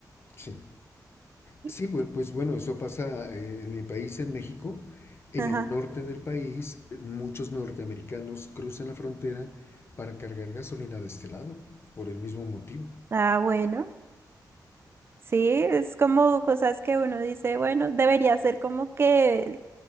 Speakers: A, on the left; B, on the right.
A: Sí.
B: Y-
A: Sí, pues,
B: y-
A: pues bueno, eso pasa eh, en mi país, en México. En
B: Ajá.
A: el norte del país, eh, muchos norteamericanos cruzan la frontera para cargar gasolina de este lado, por el mismo motivo.
B: Ah, bueno. Sí, es como cosas que uno dice, bueno, debería ser como que